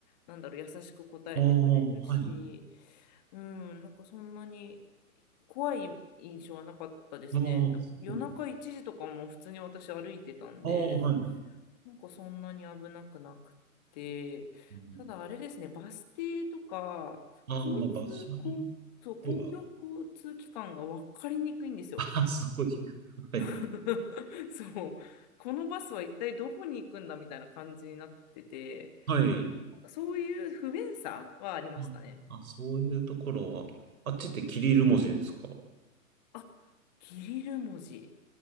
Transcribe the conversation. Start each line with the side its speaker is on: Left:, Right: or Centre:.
Left: なんだろう、優しく答えてくれるし、
Right: ああ、はい。
Left: うん、なんかそんなに怖い印象はなかったですね。
Right: ああ、そう
Left: な夜中1時とかも普通に私歩いてたんで、
Right: ああ、はい。う
Left: なんかそんなに危なくなくて、
Right: ん
Left: ただあれですね、バス停とか、
Right: ああ、
Left: 交通、
Right: まあ、場所によっ
Left: 公そう公共交通機関が分かりにくいんですよ。
Right: ては、<laughs> ああ、そういう。はい。
Left: <laughs> そう。このバスは一体どこに行くんだみたいな感じになってて、
Right: はい。
Left: なんかそういう不便さはありましたね。
Right: うんあ、そういうところは、あっちってキリル文字ですか
Left: あ、キリル文字。